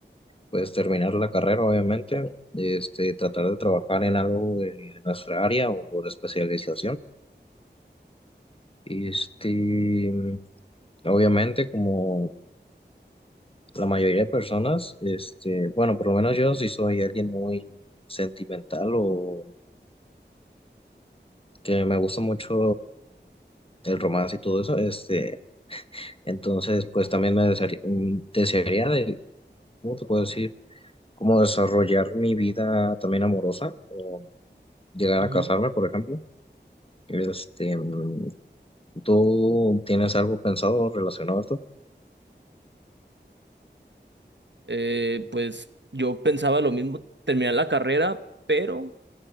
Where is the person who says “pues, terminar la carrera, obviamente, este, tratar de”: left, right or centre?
Left